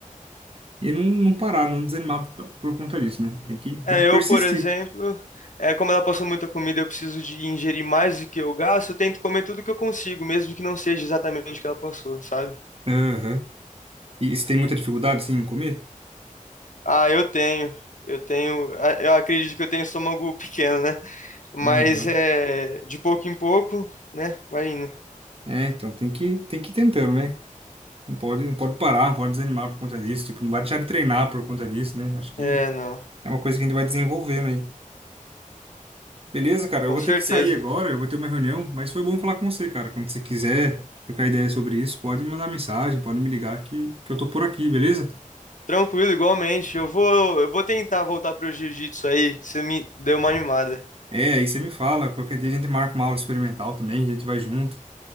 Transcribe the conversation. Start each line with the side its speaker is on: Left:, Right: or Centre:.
Right: E não, não parar, não desanimar por, por conta disso, né? Tem que,
Left: É,
Right: tem que persistir.
Left: eu, por exemplo, é, como ela passou muita comida, eu preciso de ingerir mais do que eu gasto, eu tento comer tudo que eu consigo, mesmo que não seja exatamente o que ela passou, sabe?
Right: Aham. E se tem muita dificuldade, assim, em comer?
Left: Ah, eu tenho. Eu tenho. ah, Eu acredito que eu tenho estômago pequeno, né? Mas
Right: Aham.
Left: é de pouco em pouco, né? Vai indo.
Right: É, então tem que, tem que ir tentando, né? Não pode, não pode parar, não pode desanimar por conta disso. Tipo, não vai deixar de treinar por conta disso, né? Acho que
Left: É, não,
Right: é uma coisa que a gente vai desenvolvendo aí. Beleza, cara? Eu
Left: com
Right: vou
Left: certeza.
Right: ter que sair agora, eu vou ter uma reunião, mas foi bom falar com você, cara. Quando você quiser trocar ideia sobre isso, pode me mandar mensagem, pode me ligar que, que eu tô por aqui, beleza?
Left: Tranquilo, igualmente. Eu vou, eu vou tentar voltar pro jiu-jitsu aí. Você me deu uma animada.
Right: É, aí você me fala. Qualquer dia a gente marca uma aula experimental também, a gente vai junto.